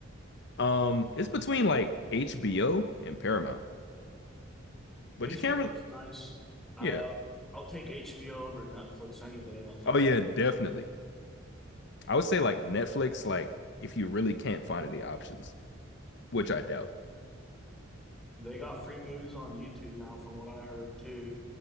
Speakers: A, on the left; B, in the centre.
A: Um, it's between like HBO and Paramount, but
B: HBO
A: you can't.
B: looks
A: Re-
B: nice. I
A: yeah.
B: uh, I'll take HBO over Netflix any day, I'll tell
A: Oh yeah,
B: you that.
A: definitely. I would say like Netflix, like if you really can't find any options, which I doubt.
B: They got free movies on YouTube now from what I heard too.